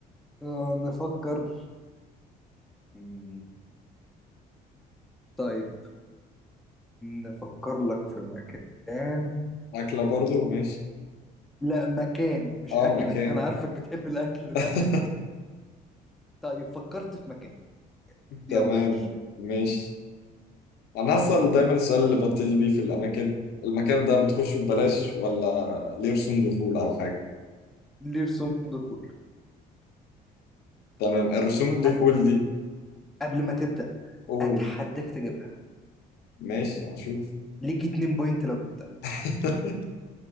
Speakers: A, in the centre; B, on the left.
A: آه نفكر مم، طيب نفكر لك في مكان
B: اكلة برضو ماشي
A: لا مكان مش
B: اه
A: أكلة
B: مكان
A: أنا عارفك بتحب الأكل
B: <laughs>
A: لا طيب فكرت في مكان
B: تمام
A: يلا يا باشا
B: ماشي انا هسأل دايما السؤال اللي ببتدي بيه في الاماكن المكان ده بتخشه ببلاش ولا ليه رسوم دخول او حاجة
A: لرسوم دخول
B: تمام الرسوم الدخول
A: أنا
B: دي
A: قبل ما تبدأ
B: قول
A: أتحداك تجيبها
B: ماشي هنشوف
A: ليك اتنين بوينت لو جبتها
B: <laughs>